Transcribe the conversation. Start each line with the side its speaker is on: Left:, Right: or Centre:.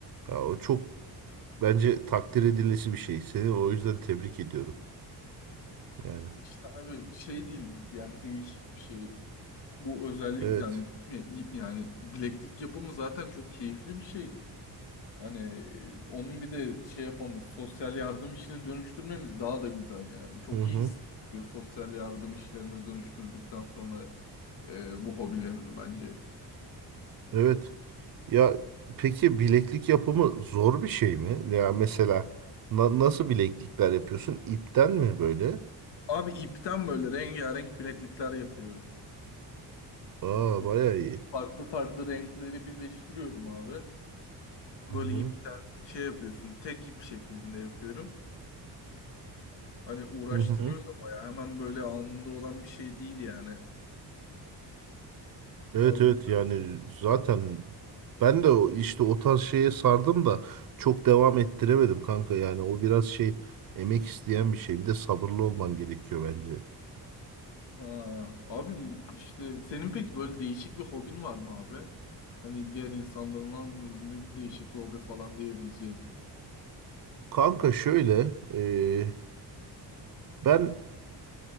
Right: Ya o çok bence takdir edilesi bir şey. Seni o yüzden tebrik ediyorum. Yani
Left: İşte abi şey değil yani değişik bir şey. Bu özellikle
Right: evet.
Left: hani değil mi? yani bileklik yapımı zaten çok keyifli bir şey. Hani e, onun bir de şey yapmamız, sosyal yardım işine dönüştürmemiz daha da güzel yani. Çok
Right: Hı
Left: iyi
Right: hı.
Left: hissettiriyor sosyal yardım işlerine dönüştürdükten sonra e, bu hobilerini bence.
Right: Evet. Ya peki bileklik yapımı zor bir şey mi? Ya mesela na- nasıl bileklikler yapıyorsun? İpten mi böyle?
Left: Abi ipten böyle rengarenk bileklikler yapıyorum.
Right: Aa
Left: Böyle
Right: bayağı iyi.
Left: Farklı farklı renkleri birleştiriyorum abi. Böyle
Right: Hı hı.
Left: ipten şey yapıyorsun, tek ip şeklinde yapıyorum. Hani uğraştırıyor
Right: Hı hı.
Left: da bayağı. Hemen böyle alnında olan bir şey değil yani.
Right: Evet
Left: Abi,
Right: evet
Left: u-
Right: yani zaten ben de o- işte o tarz şeye sardım da çok devam ettiremedim kanka yani o biraz şey emek isteyen bir şey bir de sabırlı olman gerekiyor bence.
Left: ha, abi işte senin peki böyle değişik bir hobin var mı abi? Hani diğer insanların "Lan ne bir değişik bir hobi falan diyebileceğin.
Right: Kanka şöyle e, ben